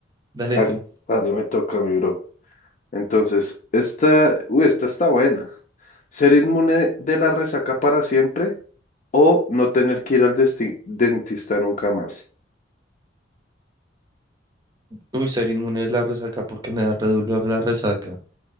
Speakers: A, on the right; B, on the left.
A: Dale
B: Ah,
A: tú.
B: Vale, me toca, mi bro. Entonces, esta, uy, esta está buena. ¿Ser inmune de la resaca para siempre o no tener que ir al desti- dentista nunca más?
A: Uy, ser inmune a la resaca porque me da re dolor la resaca.